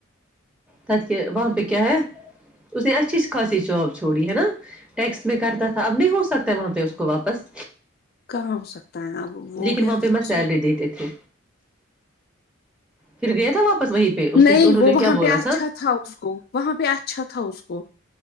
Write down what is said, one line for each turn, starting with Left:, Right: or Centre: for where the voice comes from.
Centre: ت کے وہاں پہ کیا ہے اس نے ا چیز کیا خاسی چواب چوڑی ہے نا ٹیکس میں کرتا تھا اب نہیں ہو سکتا وہاں پہ کو واپس
Left: کراں ہو سکتا ہے اب وہ
Centre: لیکن
Left: گیا
Centre: وہاں
Left: تھا
Centre: پہ
Left: نا
Centre: میں
Left: سو
Centre: سیلری دیتے تھے پھر گئے تھا واپس وہیں پہ اس
Left: نہیں
Centre: نے انہوں
Left: وہ
Centre: نے
Left: وہاں
Centre: کیا بولا
Left: پہ اچھا تھا اس کو وہاں پہ اچھا تھا اس کو